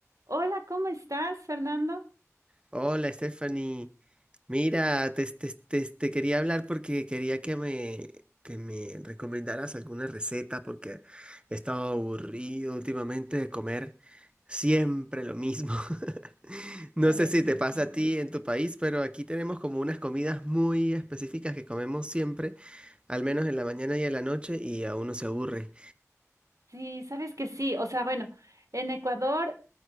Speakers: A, on the right (about 90°); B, on the right (about 20°).
A: Hola, ¿cómo estás, Fernando?
B: Hola, Stephanie. Mira, te, te- te- te quería hablar porque quería que me, que me recomendaras alguna receta porque he estado aburrido últimamente de comer siempre lo mismo. <laughs> No
A: Chéverísimo.
B: sé si te pasa a ti en tu país, pero aquí tenemos como unas comidas muy específicas que comemos siempre, al menos en la mañana y en la noche, y a uno se aburre.
A: Sí, sabes que sí. O sea, bueno, en Ecuador,